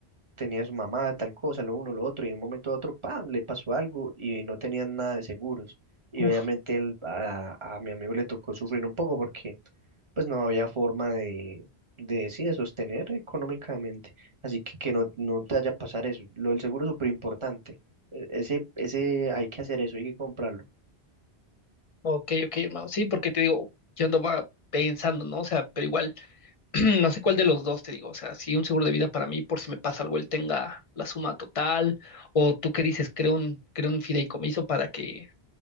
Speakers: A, on the right; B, on the left.
A: tenía su mamá, tal cosa, lo uno, lo otro, y de un momento a otro, ¡pam!, le pasó algo y no tenían nada de seguros. Y
B: Uf,
A: obviamente él- a, a mi amigo le tocó sufrir un poco porque pues no había forma de, de, sí, de sostener económicamente. Así que que no, no te vaya a pasar eso. Lo del seguro es súper importante. E- Ese, ese, hay que hacer eso, hay que comprarlo.
B: ok, ok, hermano. Sí, porque te digo, yo andaba pensando, ¿no? O sea, pero igual, <clears throat> no sé cuál de los dos te digo. O sea, sí un seguro de vida para mí, por si me pasa algo, él tenga la suma total, o tú qué dices, creo un, creo un fideicomiso para que